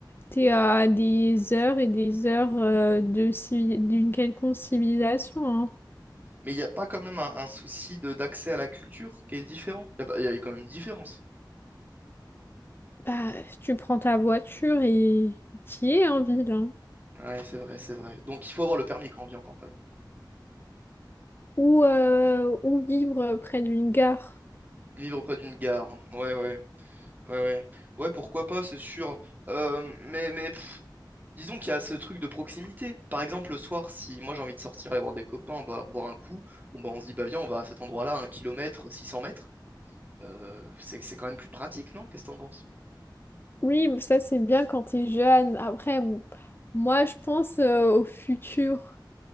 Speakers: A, on the left; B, on the right.
A: t'es à des heures et des heures euh, de civi- d'une quelconque civilisation. hein.
B: Mais il n'y a pas quand même un, un souci de d'accès à la culture qui est différent? Il y, a pas- il y a quand même une différence.
A: Bah, tu prends ta voiture et t'y es en ville. hein.
B: Ouais, c'est vrai, c'est vrai. Donc, il faut avoir le permis quand on vit en campagne.
A: Ou, euh, ou vivre près d'une gare.
B: Vivre près d'une gare. Ouais, ouais. Ouais, ouais. Ouais, pourquoi pas, c'est sûr. Euh, mais mais pff, disons qu'il y a ce truc de proximité. Par exemple, le soir, si moi j'ai envie de sortir aller voir des copains, boire, boire un coup, bon, bah, on se dit, bah viens, on va à cet endroit-là, un kilomètre, 600 mètres. Euh, c'est, c'est quand même plus pratique, non? Qu'est-ce que t'en penses?
A: Oui, ça c'est bien quand t'es jeune. Après, m- moi je pense euh, au futur.